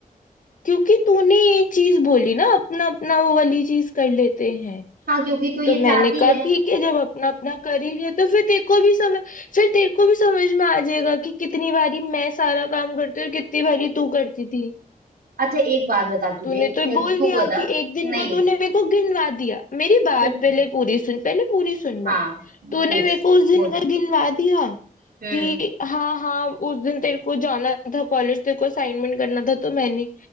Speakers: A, on the left; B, on the right.
A: क्योंकि तूने ये चीज बोली ना अपना अपना वो वाली चीज कर लेते हैं
B: हाँ क्योंकि तू ये
A: तो मैंने
B: चाहती
A: कहा
B: है
A: ठीक है जब अपना अपना कर ही रहे तो फिर तेरे को भी समझ फिर तेरे को भी समझ में आ जाएगा कि कितनी बारी मैं सारा काम करती हूँ और कितनी बारी तू करती थी
B: अच्छा एक बात बता तुझे
A: तूने तो
B: तू
A: बोल दिया
B: बता
A: कि एक दिन
B: नहीं
A: का तूने मेरे को गिनवा दिया मेरी बात
B: ठीक
A: पहले
B: है
A: पूरी सुन पहले पूरी सुन बात
B: हाँ
A: तूने
B: पूछ
A: मेरे को उस दिन
B: बोल
A: का गिनवा दिया
B: हम्म
A: कि हाँ हाँ उस दिन तेरे को जाना था कॉलेज तेरे को असाइनमेंट करना था तो मैंने